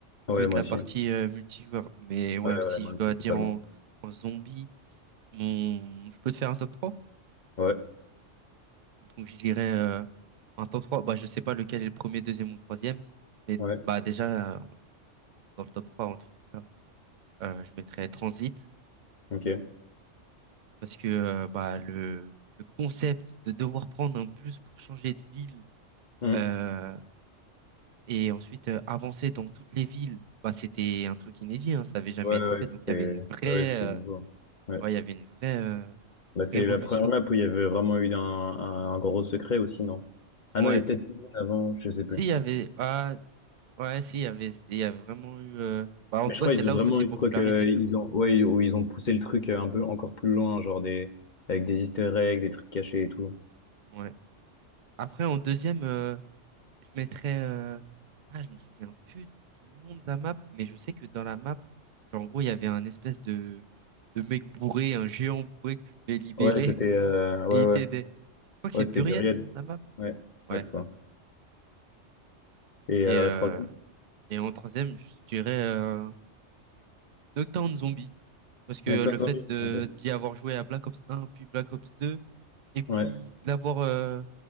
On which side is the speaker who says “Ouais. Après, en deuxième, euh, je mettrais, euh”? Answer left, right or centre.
Right